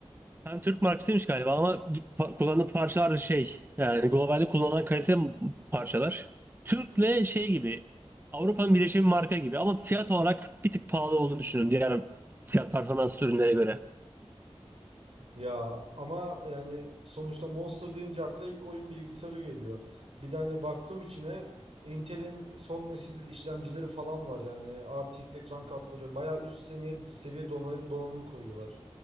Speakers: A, on the right (about 20°); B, on the right (about 75°).
A: Hem Türk markasıymış galiba ama pa- kullandığı parçalar da şey yani globalde kullanılan kalite parçalar. Türk'le şey gibi Avrupa'nın birleşimi marka gibi ama fiyat olarak bir tık pahalı olduğunu düşünün diğer fiyat performans ürünlere göre.
B: Ya ama yani sonuçta Monster deyince akla ilk oyun bilgisayarı geliyor. Bir de hani baktım içine Intel'in son nesil işlemcileri falan var yani RTX ekran kartları bayağı üst seviye seviye donanım, donanım koyuyorlar.